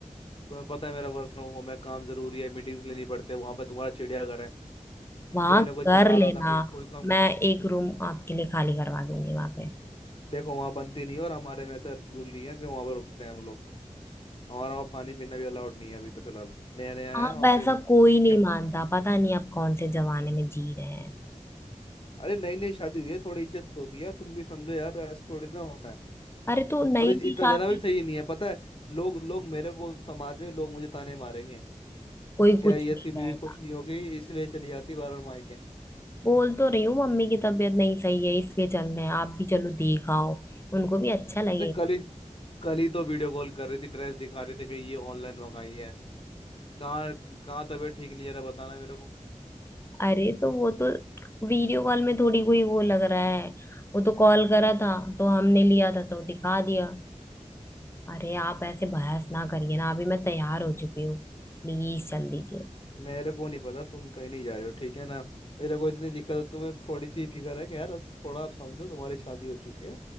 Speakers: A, on the left; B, on the left.
A: तुम्हें पता है मेरा वर्क फ्रॉम होम है काम जरूरी है मीटिंग्स लेनी पड़ते हैं वहां पे तुम्हारा चिड़ियाघर है
B: वहां
A: कोई ना कोई
B: कर
A: चिल्ला
B: लेना
A: रहा होता कोई कोई काम कर
B: मैं एक रूम आपके लिए खाली करवा दूंगी वहां पे
A: देखो वहां बनती नहीं है, और हमारे में ऐसा रूल नहीं है कि वहां पर रुकते हैं हम लोग हमारा वहाँ पानी पीना भी अलाउड नहीं है अभी तो फिलहाल नया नया
B: आप
A: है वहाँ
B: ऐसा
A: पे क्या
B: कोई नहीं मानता पता नहीं आप कौन से जमाने में जी रहे हैं
A: अरे नई नई शादी हुई है थोड़ी इज्जत तो होती है यार, तुम भी समझो यार ऐसे थोड़ी ना होता है
B: अरे तो नई
A: और इ-
B: नई
A: इतना
B: शादी
A: ज्यादा भी सही नहीं है पता है लोग लोग मेरे को समाज में लोग मुझे ताने मारेंगे
B: कोई
A: क्या
B: कुछ
A: ये
B: नहीं
A: इसकी बीवी
B: कहेगा
A: खुश नहीं होगी इसलिए चली जाती बार बार मायके
B: बोल तो रही हूँ मम्मी की तबीयत नहीं सही है इसलिए चल रहे हैं आप भी चलो देखाओ उनको भी अच्छा लगे
A: अरे कल ही कल ही तो वीडियो कॉल कर रही थी ड्रेस दिखा रही थी कि ये ऑनलाइन मंगाई है कहाँ कहाँ तबीयत ठीक नहीं जरा बताना मेरे को।
B: अरे तो वो तो वीडियो कॉल में थोड़ी कोई वो लग रहा है वो तो कॉल करा था तो हमने लिया था तो दिखा दिया अरे आप ऐसे बहस ना करिए ना अभी मैं तैयार हो चुकी हूँ प्लीज चल दीजिए
A: मेरे को नहीं पता तुम कहीं नहीं जा रहे हो ठीक है ना मेरे को इतनी दिक्कत है तुम्हें थोड़ी सी फिक्र है कि यार अब थोड़ा आप समझो तुम्हारी शादी हो चुकी है